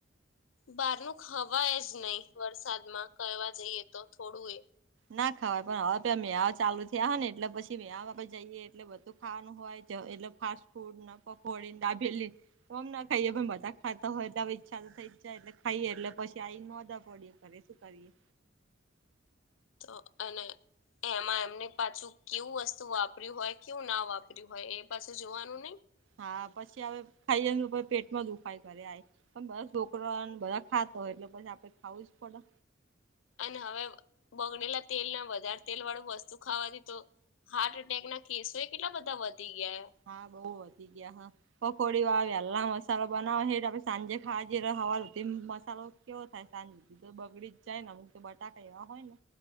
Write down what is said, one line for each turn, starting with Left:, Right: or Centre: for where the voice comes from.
Left: બહાર ન ખવાય જ નહી વરસાદમાં કવા જઈએ તો થોડું એ
Right: ના ખાવાય પણ હવે આપ મેવ ચાલુ થયા હને એટલે પછી મેયાહ વગર જઈએ એટલે બધું ખાવાનું હોય એટલે ફાસ્ટ ફૂડ પકોડીને ડાભેલી તોમ ના ખાઈએે પણ બધા ખાતા હોય એટલે હવે ઈચ્છા તો થઈ જાય એટલે ખાઈએ એટલે પછી આવી મોદા પડીએ. <unintelligible> શું કરીએ?
Left: તો અને એમાં એમને પાછું કેવું વસ્તુ વાપર્યું હોય કેવું ના વાપર્યું હોય એ પાછું જોવાનું નહી.
Right: હા પછી હવે ખાઈ જ પેટમાં દુખાય કરે આ પણ બધા છોકરોને બધા ખાતો હોય એટલે પછી આપડે ખાવું જ પડે.
Left: અને હવે બગડલા તેલ ના વધારે તેલ વાળું વસ્તુ ખાવાથી તો હાર્ટ એટેક ના કેસો એ કેટલા બધા વધી ગયા.
Right: હા બહુ વધી ગયા હા. પકોડી વાળા વેલ્લા મસાલા બનાવે હેને આપડે સાંજે ખાજવા જઈએ હવાર ઉઠીં મસાલો કેવો થાય સાંજથી તો બગડી જ જાય ને અમુંક તો બટાકા એવા હોય ને.